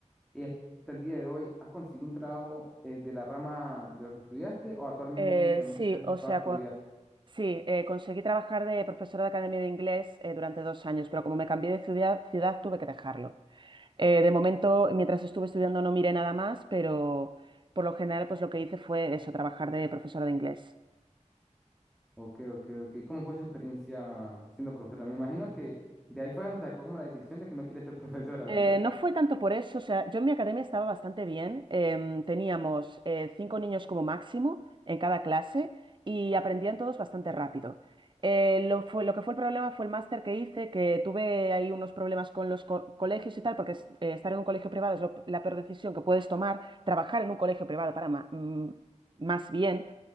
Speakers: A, in the centre; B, on the right (about 40°).
A: y hasta el día de hoy, ¿has conseguido un trabajo eh, de la rama de lo que estudiaste o actualmente
B: Eh,
A: únicamente
B: sí,
A: estás dedicado
B: o sea,
A: a estudiar?
B: cua- sí, eh, conseguí trabajar de profesora de academia de inglés eh, durante dos años, pero como me cambié de ciudad, ciudad tuve que dejarlo. Eh, de momento, mientras estuve estudiando no miré nada más, pero por lo general, pues lo que hice fue eso, trabajar de profesora de inglés.
A: Ok, ok, ok. ¿Cómo fue su experiencia siendo profesora? Me imagino que de ahí fue donde sacó como la decisión de que no quiere ser <laughs> profesora,
B: Eh,
A: ¿verdad?
B: no fue tanto por eso, o sea, yo en mi academia estaba bastante bien. em, teníamos eh, cinco niños como máximo en cada clase y aprendían todos bastante rápido. Eh, lo, fue- lo que fue el problema fue el máster que hice, que tuve ahí unos problemas con los co- colegios y tal, porque es- eh, estar en un colegio privado es lo- la peor decisión que puedes tomar, trabajar en un colegio privado para ma- mm, más bien